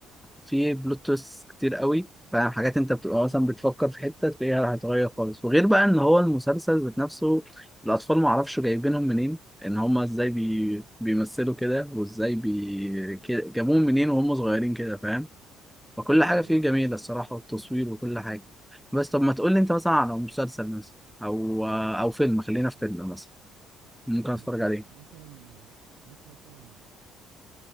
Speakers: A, in the centre; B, on the right.
A: فيه بلوت تويست كتير قوي فاهم حاجات انت بتبقى
B: اه
A: مثلا بتفكر في حتة تلاقيها هتتغير خالص وغير بقى ان هو المسلسل ذات نفسه الاطفال معرفش جايبينهم منين ان هما ازاي بي...
B: اه
A: بيمثلوا كده وازاي بي... كده- جابوهم منين وهم صغيرين كده فاهم فكل حاجة
B: اه
A: فيه جميلة الصراحة والتصوير وكل حاجة بس طب ما تقول لي انت مثلا على مسلسل مثلا او او فيلم خلينا في فيلم مثلا ممكن
B: انت
A: اتفرج عليه
B: مثلا ليك مثلا